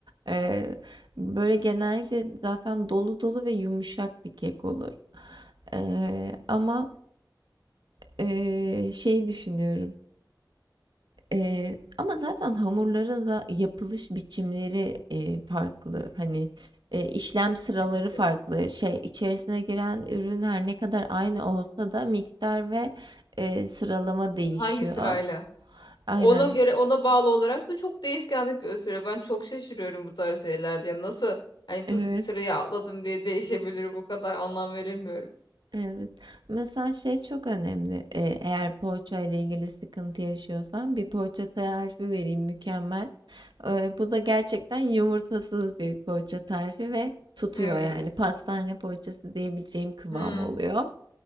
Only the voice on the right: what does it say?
E, böyle genellikle zaten dolu dolu ve yumuşak bir kek olur. E, ama e, şey düşünüyorum. Eee, ama zaten hamurların da yapılış biçimleri, eee, farklı. Hani, eee, işlem sıraları
farklı. Şey, içerisine giren ürün her ne kadar aynı olsa da miktar ve, eee, sıralama değişiyor.
Aynen.
Evet.
Evet. Mesela şey çok önemli. Ee, eğer poğaça ile ilgili sıkıntı yaşıyorsan bir poğaça tarifi vereyim mükemmel. Ee, bu da gerçekten yumurtasız bir poğaça tarifi ve tutuyor
yani pastane poğaçası diyebileceğim kıvam
oluyor.